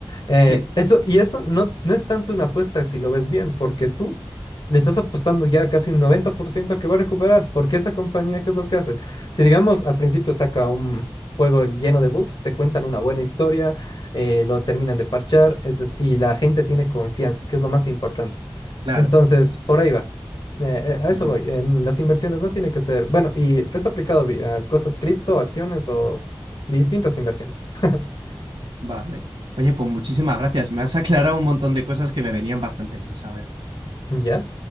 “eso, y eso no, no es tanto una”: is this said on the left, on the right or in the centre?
Left